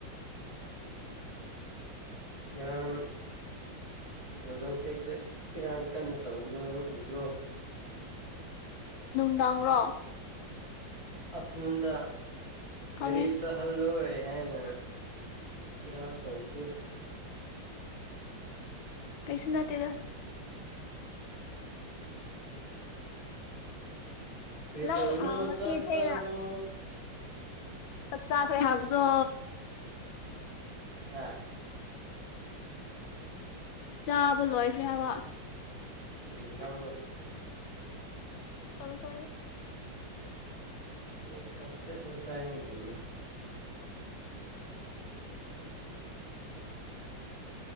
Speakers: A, on the right; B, on the left.
A: ꯉꯔꯥꯡ ꯖꯣꯖꯣꯡꯇꯦꯛꯇ ꯏꯔꯥꯡ ꯀꯟꯅ ꯇꯧꯕꯗꯣ ꯅꯪ ꯎꯗ꯭ꯔꯣ
B: ꯅꯨꯡꯗꯥꯡꯔꯣ
A: ꯑꯐꯇꯔꯅꯨꯟꯗ
B: ꯈꯪꯉꯦ
A: ꯒꯔꯤ ꯆꯠꯍꯜꯂꯣꯏ ꯍꯥꯏꯅ ꯏꯔꯥꯡ ꯇꯧꯕꯗꯨ
B: ꯀꯩꯁꯨ ꯅꯠꯇꯦꯗ
A: ꯀꯔꯤ
B: ꯅꯪ
A: ꯇꯧꯔꯤꯅꯣ
B: ꯉꯁꯤ
A: ꯆꯥꯛ
B: ꯊꯦꯡꯅ
A: ꯆꯥꯔꯕꯣ
B: ꯆꯥꯛ ꯆꯥꯈ꯭ꯔꯦ ꯍꯥꯏꯕꯗꯣ
A: ꯍꯥ
B: ꯆꯥꯕ ꯂꯣꯏꯈ꯭ꯔꯦ ꯍꯥꯏꯕ
A: ꯀꯔꯤ ꯏꯟꯁꯥꯡꯅ‌ꯣ
B: ꯀꯪꯁ‌ꯣꯏ
A: ꯅꯣꯏꯖ‌ꯦ ꯀꯪꯁꯣꯏ ꯈꯛꯇ ꯆꯥꯏꯅꯦ ꯀꯩꯅꯣ <unintelligible>